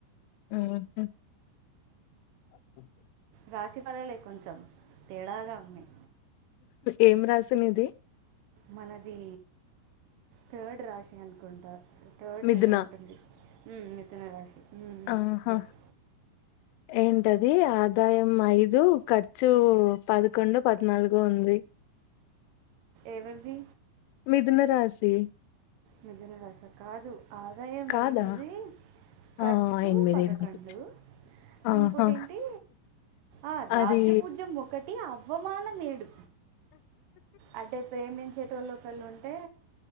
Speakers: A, on the left; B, on the right.
A: మ్ హు <unintelligible>
B: రాశి ఫలాలే కొంచెం తేడాగా ఉన్నయ్
A: ఏం రాసినిది
B: మనది థర్డ్ రాశి అనుకుంటా థర్డది
A: మిథున
B: ఏదో ఉంటుంది ఉమ్ మిథున రాశి
A: ఆహా
B: ఎస్
A: ఏంటది ఆదాయం ఐదు ఖర్చు పదకొండో పద్నాలుగో ఉంది
B: ఎవర్ది
A: మిథున రాశి
B: మిథున రాశా కాదు ఆదాయం
A: కాదా
B: ఎనిమిది ఖర్చు
A: ఆ ఎనిమిది
B: పదకొండు
A: ఎనిమిది ఆహా
B: ఇంకొటి ఏంటి ఆ
A: అది
B: రాజ్యభూజ్యం ఒకటి అవ్ వమానం ఏడు అదే ప్రేమించేటోలు ఒక్కలు ఉంటే